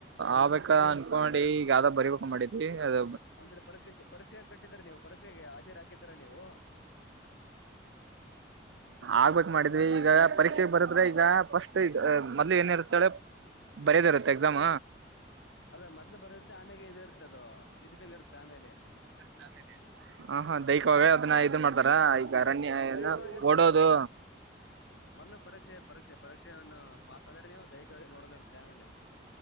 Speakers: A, on the right (about 80°); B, on the left (about 75°).
A: ಆಬೇಕ್ ಅಕ್ಕ ಅನ್ಕೊಂಡಿ ಈಗ ಯಾವ್ದ ಬರಿಬೇಕ ಮಾಡಿದ್ವಿ ಅದ
B: ಅಂದ್ರೆ ಪರೀಕ್ಷೆ ಪರೀಕ್ಷೆ ಕಟ್ಟಿದ್ರ ನೀವು ಪರೀಕ್ಷೆಗೆ ಹಾಜಿರು ಹಾಕಿದ್ರ ನೀವು
A: ಆಗ್ಬೇಕೇ ಮಾಡಿದ್ವಿ ಈಗ ಪರೀಕ್ಷೆಗೆ ಬರದ್ರೆ ಈಗ ಫಸ್ಟ್ ಇದ ಮೊದ್ಲು ಏನಿ ಇರುತ್ತೇಳು ಬರೇದ್ ಇರುತ್ತೆ ಎಕ್ಸಾಮ
B: ಅದ ಮೊದ್ಲು ಬರುತ್ತೆ ಆಮೇಲೆ ಇ ಇರುತ್ತೆ ಅದು ಫಿಸಿಕಲ್ ಇರುತ್ತೆ ಆಮೇಲೆ
A: ನಾಮೇರಿ ಹ ಹ ದೈಹಿಕವಾಗಿ ಅದನ್ನ ಇದು ಮಾಡ್ತಾರ ಈಗ
B: ಅದ
A: ಅರಣ್ಯ
B: ದೈಹಿಕವಾಗಿ
A: ಏನ
B: ಇರುತ್ತೆ
A: ಓಡೋದು
B: ಮೊದ್ಲು ಪರೀಕ್ಷೆ ಪರೀಕ್ಷೆ ಪರಿಕ್ಷೆಯನ್ನ ಪಾಸ್ ಆದಾರೆ ನೀವು ದೈಹಿಕವಾಗಿ ನೋಡದ ಇರುತ್ತೆ ಆಮೇಲೆ